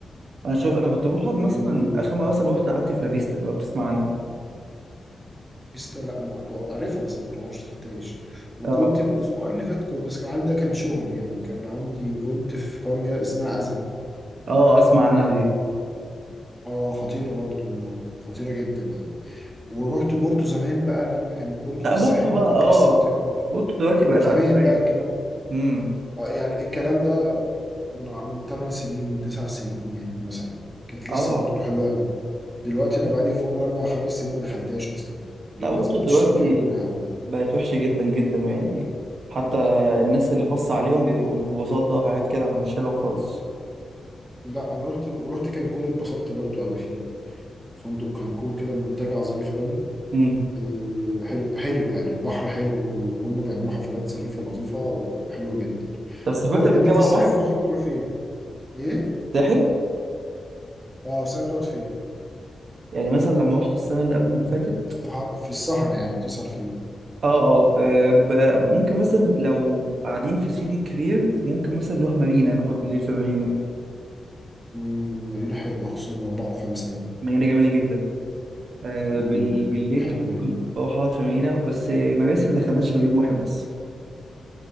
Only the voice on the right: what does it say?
انا شوف انا كنت بقعد
مثلا اخر مره مثلا رحت قعدت في لافيستا لو بتسمع عنها
اه
اه اسمع عنها دي
لا
بورتو
بقى
اه
بورتو دلوقتي بقت
عشوائيه
امم
اه
لا
بورتو
دلوقتي
بقت وحشه جدا جدا يعني حتى الناس اللي بص عليهم بيبقوا ميكروباصات بقى وحاجات كده مش حلوه خالص
امم
طب سافرت
قبل
كده
بقى
مصر
ساحل
يعني مثلا لما رحت السنه اللي قبل اللي فاتت
اه اه آه، ب- ممكن مثلا لو قاعدين في سيدي كرير ممكن مثلا نروح مارينا
نقعد بالليل في مارينا
مارينا جميلة جدا آه
بال... بالليل
كده ممكن
بروح اقعد في مارينا بس آه، مراسي ما دخلناش غير يوم واحد بس